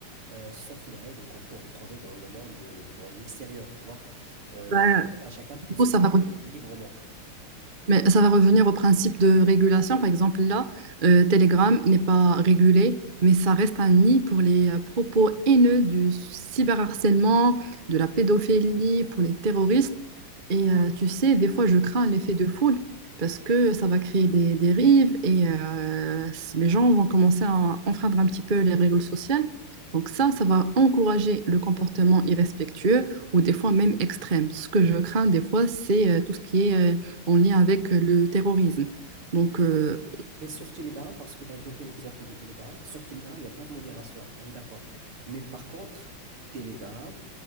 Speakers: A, on the right; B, on the right.
A: euh, sauf les règles qu'on peut retrouver dans le monde, euh, dans l'extérieur, tu vois. Euh,
B: Ouais,
A: voilà, chacun peut
B: Du
A: s'exprimer
B: coup, ça va.
A: librement.
B: Mais ça va revenir au principe de régulation. Par exemple, là, euh, Telegram n'est pas régulé, mais ça reste un nid pour les euh, propos haineux du cyberharcèlement, de la pédophilie, pour les terroristes. Et euh, tu sais, des fois, je crains l'effet de foule parce que ça va créer des dérives et euh, les gens vont commencer à enfreindre un petit peu les règles sociales. Donc ça, ça va encourager le comportement irrespectueux ou des fois même extrême. Ce que je crains des fois, c'est euh, tout ce qui est... euh, en lien avec euh, le terrorisme. Donc, euh,
A: Mais sur Telegram, parce que tu as évoqué l'exemple de Telegram, sur Telegram, il n'y a pas de modération, on est d'accord. Mais par contre, Telegram